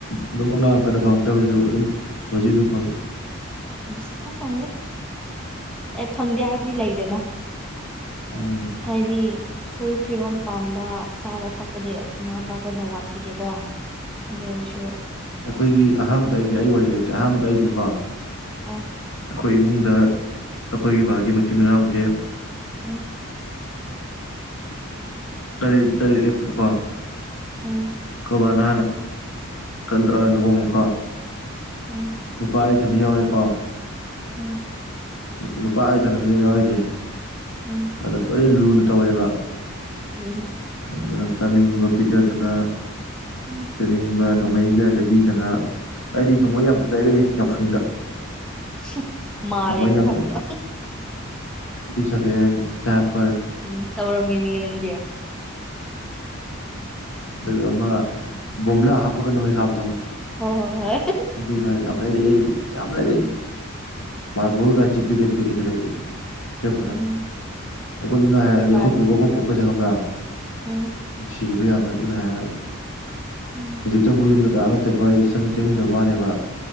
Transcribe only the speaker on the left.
ꯑꯗꯨꯝ ꯑꯉꯥꯡ ꯐꯪ ꯁꯨ ꯑꯗꯨꯝ ꯍꯧꯖꯤꯛ ꯑꯗꯨꯝ ꯐꯪꯉꯦ꯫
ꯎꯝ
ꯑꯩꯈꯣꯏꯒꯤ ꯑꯍꯥꯟꯕꯗ ꯑꯩꯁꯦ ꯑꯩ ꯋꯥꯔꯤ ꯂꯤ ꯑꯍꯥꯟꯕꯗ ꯑꯩꯖꯤꯀꯣ
ꯑꯩꯈꯣꯏ ꯏꯃꯨꯡꯗ ꯑꯩꯈꯣꯏꯒꯤ ꯕꯥꯒꯤ ꯃꯆꯤꯟ ꯃꯅꯥꯎꯁꯦ
ꯇꯔꯦꯠ ꯇꯔꯦꯠꯅꯦꯕꯀꯣ
ꯕꯕꯥꯅ ꯍꯥꯟꯅ ꯂꯨꯍꯣꯡꯉꯦꯀꯣ
ꯅꯨꯄꯥ ꯑꯩ ꯏꯊꯟꯗ ꯌꯥꯎꯔꯦꯀꯣ
ꯅꯨꯄꯥ ꯑꯩ ꯏꯊꯟꯗꯅꯤ ꯌꯥꯎꯔꯤꯖꯤ <unintelligible>
<unintelligible> ꯑꯗꯨ ꯇꯧꯋꯦꯕ
ꯑꯗꯨꯅ ꯆꯥꯅꯤꯡꯕ ꯄꯤꯖꯗꯅ <unintelligible>
ꯅꯣꯡꯃꯩꯒ ꯂꯩꯕꯤꯗꯅ ꯑꯩꯗꯤ ꯅꯣꯡꯃꯩ ꯌꯥꯝ ꯂꯩꯔꯛꯏ ꯌꯥꯎꯁꯪꯗ
ꯅꯣꯡꯃꯩ
ꯌꯥꯝ ꯁꯕꯦꯟ <unintelligible>
ꯑꯗꯨꯒ ꯑꯃ ꯕꯣꯝꯕꯨꯂꯥ ꯍꯞꯄꯒꯥ ꯅꯣꯡꯃꯩ ꯀꯞꯄ
ꯑꯗꯨꯒ ꯌꯥꯝ ꯂꯩꯔꯛꯏ ꯌꯥꯝ ꯂꯩꯔꯛꯏ
<unintelligible> <unintelligible> ꯑꯩꯈꯣꯏ ꯄꯨꯅ
ꯑꯩꯈꯣꯏ ꯑꯗꯨꯅ
ꯍꯥꯏꯔꯗꯤ
ꯑꯩꯈꯣꯏ ꯄꯨꯒꯥ ꯑꯩꯈꯣꯏ ꯕꯣꯛꯀꯁꯦ ꯈꯪꯕ꯭ꯔꯥ
ꯅꯨꯡꯁꯤꯌꯦꯕꯥ ꯌꯥꯝ ꯑꯗꯨꯅ ꯍꯥꯏ
ꯍꯧꯖꯤꯛꯇꯕꯨ ꯌꯨꯝꯗ ꯀꯅꯥꯝ ꯂꯩꯇꯦꯕ ꯑꯩ ꯆꯪ ꯆꯪꯗꯕ ꯋꯥꯅꯦꯕ